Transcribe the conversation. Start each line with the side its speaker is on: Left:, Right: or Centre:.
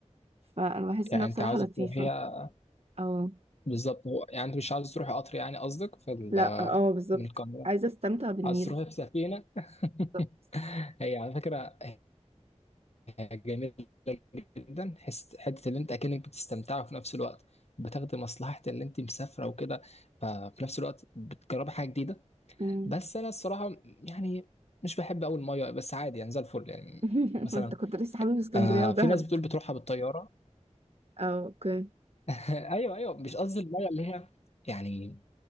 Right: فانا بحس
Left: <laughs> يعني
Right: انها بصراحه
Left: أنت عاوزة
Right: لطيفه
Left: تروحيها
Right: اه
Left: بالظبط هو يعني انت مش عاوز تروح قطر يعني قصدك في ال
Right: لا اه بالظبط
Left: من القاهرة
Right: عايزه استمتع بالنيل
Left: عاوز تروح في سفينة <laughs>
Right: بالظبط
Left: هي على فكرة جميلة جدا حس حتة اللي انت اكنك بتستمتع وفي نفس الوقت بتاخدي مصلحة اللي انت مسافرة وكده ففي نفس الوقت بتجربي حاجة جديدة
Right: أمم.
Left: بس انا الصراحة يعني مش بحب اول مية بس عادي يعني زي الفل يعني
Right: <laughs>
Left: مثلا
Right: انت كنت لسه حابب اسكندريه
Left: آه
Right: ودهب
Left: في ناس بتقول بتروحها بالطيارة
Right: اه اوكي
Left: <laughs> ايوه ايوه مش قصدي المية اللي هي يعني